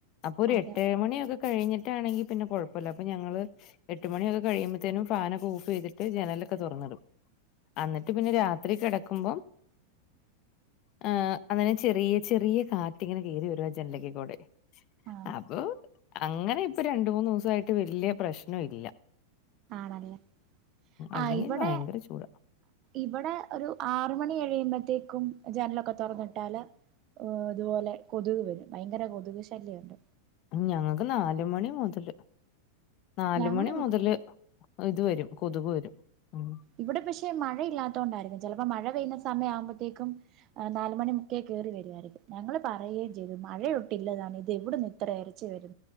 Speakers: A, on the left; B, on the right.
A: അപ്പൊ ഒരു
B: അതെ
A: എട്ടെ മണിയൊക്കെ കഴിഞ്ഞിട്ടാണെങ്കി പിന്നെ കുഴപ്പവില്ല അപ്പൊ ഞങ്ങള് എട്ട് മണിയൊക്കെ കഴിയുമ്പത്തേനും ഫാനൊക്കെ ഓഫ് ചെയ്തിട്ട് ജനലൊക്കെ തുറന്നിടും അന്നിട്ട് പിന്നെ രാത്രി കിടക്കുമ്പോം ഏഹ് അങ്ങനെ ചെറിയ ചെറിയ കാറ്റ് ഇങ്ങനെ കയറി വരും ജനലക്കെ കൂടെ
B: ആ
A: അപ്പൊ അങ്ങനെ ഇപ്പൊ രണ്ട് മൂന്ന് ദിവസയിട്ട് വല്യ പ്രശ്നവില്ല
B: ആണല്ലേ ആഹ്
A: അല്ലെങ്കിൽ
B: ഇവിടെ
A: ഭയങ്കര ചൂടാ
B: ഇവിടെ ഒരു ആറ് മണി എഴിയുമ്പോത്തേ ക്കും ജനലൊക്കെ തുറന്നിട്ടാല് ഇതുപോലെ കൊതുക് വരും ഭയങ്കര കൊതുക് ശല്യവുണ്ട്
A: ഞങ്ങക്ക് നാല്മണി മുതല് നാലുമണി
B: ഞങ്ങളെ
A: മുതല് ഇത് വരും കൊതുക് വരും ഉം
B: ഇവിടെ പക്ഷെ മഴയില്ലാത്ത കൊണ്ടായിരിക്കും ചെലപ്പോ മഴ പെയ്യുന്ന സമയം ആവുമ്പോത്തേക്കും നാലുമണി മുക്കെ കേയറി വരുവായിരിക്കും ഞങ്ങൾ പറയുകയും ചെയ്തു മഴയൊട്ടില്ലതാനും ഇത് എവിടന്ന് ഇത്ര ഇരച്ച വരുന്ന